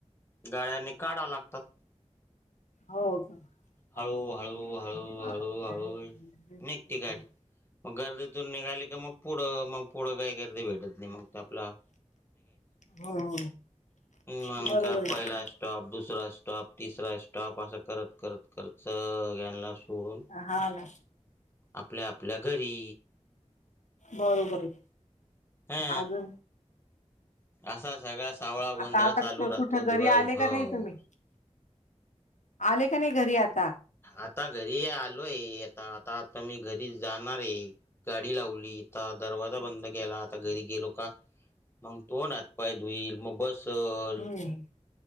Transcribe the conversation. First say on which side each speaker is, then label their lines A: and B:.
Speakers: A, on the left (about 20°); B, on the left (about 80°).
A: गाळ्यानी काढा लागतात
B: हो. <inaudible> <unintelligible>
A: हळू हळू हळू हळू हळू निघते गाडी मग गर्दीतून निघाली की मग पुढं मग पुढं काही गर्दी भेटत नाही मग ते आपला
B: हो हो
A: मण
B: बरोबर
A: का
B: आहे
A: पहिला स्टॉप दुसरा स्टॉप तिसरा स्टॉप. ट्टॉप असं करत करत करत सळ्यांना सोडून
B: हा ना.
A: आपल्या आपल्या घरी.
B: बरोबर आहे
A: हा
B: अजून
A: असा
B: आता
A: सगळा सावळा गोंधळ
B: आता
A: चालू राहतो
B: कुठं
A: दिवसभर.
B: घरी आले का नाही तुम्ही आले का नाही घरी आत.
A: आता घरी आलोय आता आता आता मी घरी जाणार आहे गाडी लावली आता दरवाजा बंद केला आता घरी गेलो का. मग तोंड, हात, पाय धुईल मग बसल.
B: हम्म